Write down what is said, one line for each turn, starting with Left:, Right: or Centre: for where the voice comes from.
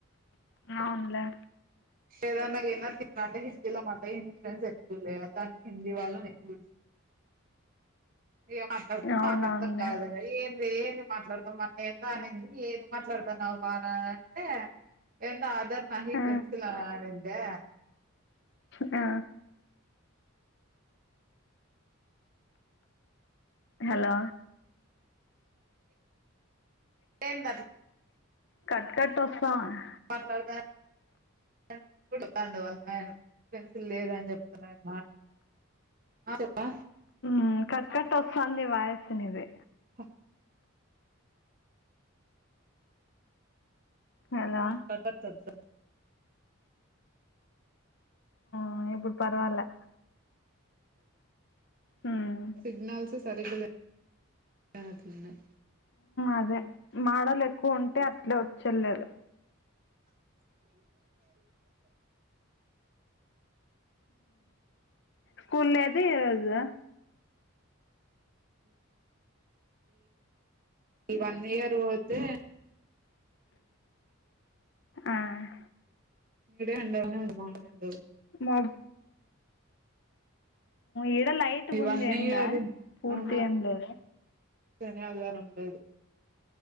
Left: అవునులే
Right: ఏదన్నా ఏన్నా తి అంటే హిందీల అమాట హిందీ ఫ్రెండ్స్ ఎక్కువ లేవు అంటే హిందీ వాళ్ళని ఎక్కువంది ఇగ మాట్లాడితే
Left: అవునవునులే
Right: మాట్లాడితం అర్థం కాదు ఏం ఏది మాట్లాడతాం మన్న ఎంత అనింది ఏది మాట్లాడతాన్నా బాఅంటే ఎంద ఆధార్ నాహి
Left: ఆ
Right: పెన్సిల్ అని అంటే
Left: ఆ హలో
Right: ఏంది
Left: కట్ కట్ వస్తాంది.
Right: మాట్లాడతా ఎప్పుడూ చెపుతూ ఉన్నారు వాళ్ళ మేడం పెన్సిల్ లేదు అని చెప్తున్నాడు. ఆటోకా
Left: మ్ కట్ కట్ వస్తాంది వాయిస్ నీది.
Right: హ
Left: హలో
Right: ఆ కట్ట <unintelligible>
Left: ఆ ఇప్పుడు పర్వాలే హ్మ్
Right: సిగ్నల్స్ సరిగాలే నట్టున్నాయి
Left: అదే మాడలు ఎక్కువ ఉంటే అట్లే వచ్చేల్లేదు. స్కుల్ లేదీరోజు
Right: ఈ వన్ ఇయర్ పోతే
Left: ఆ
Right: ఈడే ఉండవన మమాగు ఉండవు <unintelligible>
Left: మాడు ఈడ లైట్
Right: ఈ
Left: గ ఉంది
Right: వన్
Left: ఎండ
Right: ఇయర్
Left: పూర్తీగా
Right: ఆహా
Left: ఏమ్లేదు.
Right: శని, అదివారం ఉండదు.